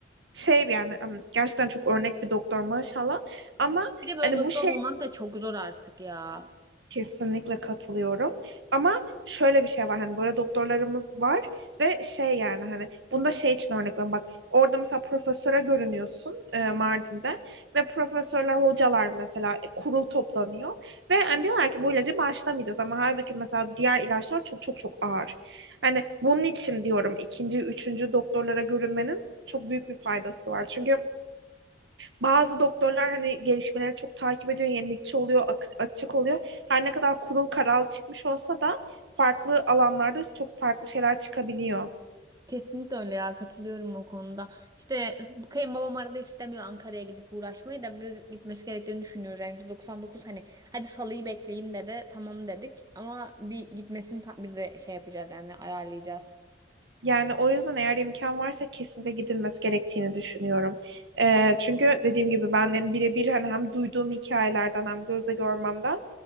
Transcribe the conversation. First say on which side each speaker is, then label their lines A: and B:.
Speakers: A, on the right (about 75°); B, on the right (about 20°).
A: şey yani em, gerçekten çok örnek bir doktor maşallah. Ama
B: Bir de böyle
A: hani
B: doktor
A: bu şey
B: bulmak da çok zor artık ya.
A: Kesinlikle katılıyorum. Ama şöyle bir şey var hani böyle doktorlarımız var ve şey yani hani bunda şey için örnek veriyorum bak orada mesela profesöre görünüyorsun e, Mardin'de ve profesörler hocalar mesela e, kurul toplanıyor ve hani diyorlar ki bu ilacı başlamayacağız ama halbuki mesela diğer ilaçlar çok çok çok ağır. Hani bunun için diyorum ikinci, üçüncü doktorlara görünmenin çok büyük bir faydası var. Çünkü
B: Kes-
A: bazı doktorlar hani gelişmeleri çok takip ediyor, yenilikçi oluyor, ak- açık oluyor. Her ne kadar kurul karar çıkmış olsa da farklı alanlarda çok farklı şeyler çıkabiliyor.
B: Kesinlikle öyle ya katılıyorum o konuda. İşte bu kayınbabam arada istemiyor Ankara'ya gidip uğraşmayı da biz gitmesi gerektiğini düşünüyoruz. Yani %99 hani hadi salıyı bekleyeyim dedi tamam dedik ama bir gitmesini ta- biz de şey yapacağız yani ayarlayacağız.
A: Yani o yüzden eğer imkan varsa kesinlikle gidilmesi gerektiğini düşünüyorum. Ee, çünkü dediğim gibi ben yani birebir hani hem duyduğum hikayelerden hem gözle görmemden